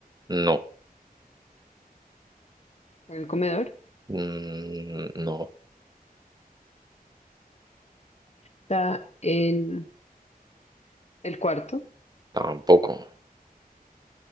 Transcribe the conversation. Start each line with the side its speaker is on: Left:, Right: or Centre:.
Right: No,
Left: en el comedor.
Right: Mm, no,
Left: Está en El cuarto
Right: tampoco.